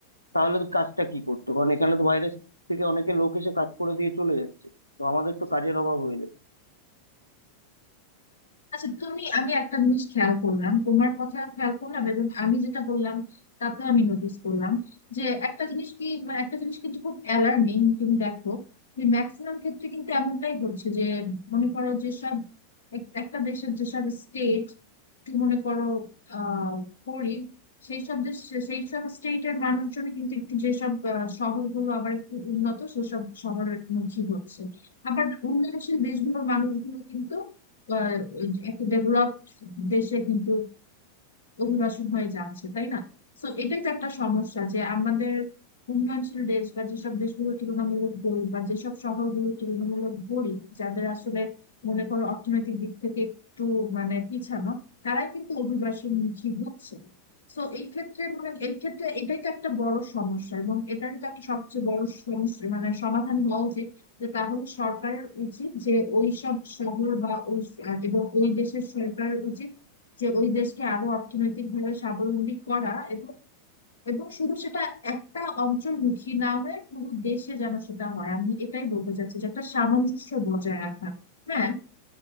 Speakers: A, on the left (about 85°); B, on the left (about 65°).
A: তাহলে তো কাজটা কি করতো কারণ এখানে তো বাইরে থেকে অনেকে লোক এসে কাজ করে দিয়ে চলে যাচ্ছে তো আমাদের তো কাজের অভাব হয়ে যাচ্ছে
B: আচ্ছা তুমি আমি একটা জিনিস খেয়াল করলাম তোমার কথা খেয়াল করলাম এবং আমি যেটা বললাম তাতে আমি নোটিস করলাম যে একটা জিনিস কি মানে একটা জিনিস কিন্তু খুব অ্যালার্মিং তুমি দেখো যে ম্যাক্সিমাম ক্ষেত্রে কিন্তু এমনটাই হচ্ছে যে মনে করো যে সব এক- একটা দেশের যেসব স্টেট একটু মনে করো আহ গরিব সেই সব দেশ সেই সব স্টেটের মানুষজন কিন্তু একটু যেসব আহ, শহরগুলো আবার একটু উন্নত সেসব শহরের মুখী হচ্ছে আবার উন্নয়নশীল দেশগুলোর মানুষগুলো কিন্তু আহ, একটা ডেভেলপড দেশে কিন্তু অভিবাসন হয়ে যাচ্ছে তাই না তো এটাই তো একটা সমস্যা যে আমাদের উন্নয়নশীল দেশ বা যেসব দেশগুলো তুলনামূলক গরিব বা যেসব শহরগুলো তুলনামূলক গরিব যাদের আসলে মনে করো অর্থনৈতিক দিক থেকে একটু মানে পিছানো তারাই কিন্তু অভিবাসনমুখী হচ্ছে তো এই ক্ষেত্রে মানে এই ক্ষেত্রে এটাই তো একটা বড় সমস্যা এবং এটারই তো একটা সবচেয়ে বড় সমস্যা মানে সমাধান হওয়া উচিত যে তাহলে সরকারের উচিত যে ওই সব শহর বা ওই আহ, এবং ওই দেশের সরকারের উচিত যে ওই দেশকে আরো অর্থনৈতিকভাবে স্বাবলম্বী করা এবং এবং শুধু সেটা একটা অঞ্চলমুখী না হয়ে পুরো দেশে যেন সেটা হয় আমি এটাই বলতে চাচ্ছি যে একটা সামঞ্জস্য বজায় রাখা হ্যাঁ